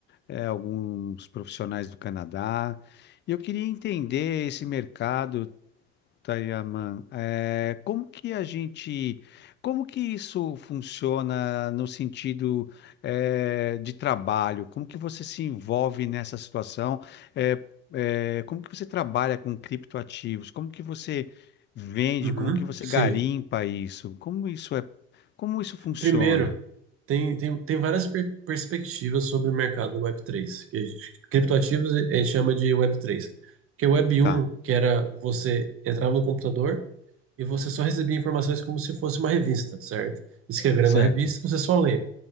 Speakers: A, on the left; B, on the right.
A: eh, alguns profissionais do Canadá. E eu queria entender esse mercado. Tayaman, é, como que a gente, como que isso funciona no sentido é, de trabalho? Como que você se envolve nessa situação? É, é, como que você trabalha com criptoativos? Como que você vende?
B: Uhum,
A: Como que você
B: sim.
A: garimpa isso? Como isso é, como isso funciona?
B: Primeiro, tem, tem, tem várias per- perspectivas sobre o mercado Web3, que a gente- criptoativos a gente chama de Web3. Porque o Web1,
A: Tá,
B: que era você entrar no computador e você só recebia informações como se fosse uma revista, certo? Escreveram
A: certo.
B: na revista, você só lê.